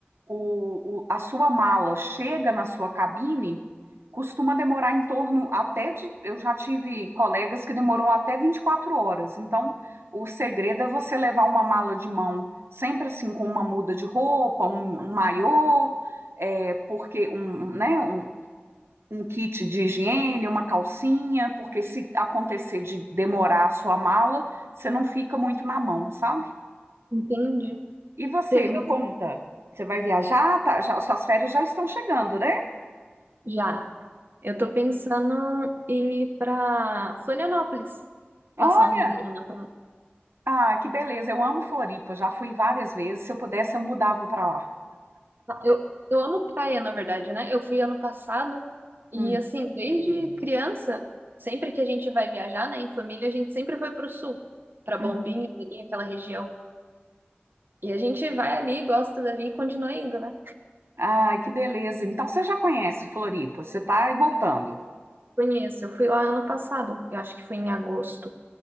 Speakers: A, on the right; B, on the right.
A: o, o- a sua mala chega na sua cabine costuma demorar em torno até de. Eu já tive colegas que demoram até 24 horas. Então, o segredo é você levar uma mala de mão, sempre assim, com uma muda de roupa, um, um maiô, é, porque um, um, né, um, um kit de higiene, uma calcinha, porque se acontecer de demorar a sua mala, você não fica muito na mão, sabe?
B: Entendi.
A: E você,
B: Teve
A: me conta, você vai viajar? Tá, já- suas férias já estão chegando, né?
B: Já. Eu
A: E
B: tô pensando em ir pra Florianópolis,
A: olha.
B: passar uns dias lá na praia.
A: Ah, que beleza. Eu amo Floripa. Já fui várias vezes. Se eu pudesse, eu mudava para lá.
B: Eu, eu amo praia, na verdade, né? Eu fui ano passado e,
A: Hum,
B: assim, desde criança, sempre que a gente vai viajar, né, em família, a gente sempre foi pro sul, pra Bombinhas
A: hum.
B: ali, aquela região. E a gente vai ali, gosta dali e continua indo, né?
A: Ah, que beleza. Então você já conhece Floripa. Você está voltando.
B: Conheço. Eu fui lá ano passado, eu acho que foi em agosto.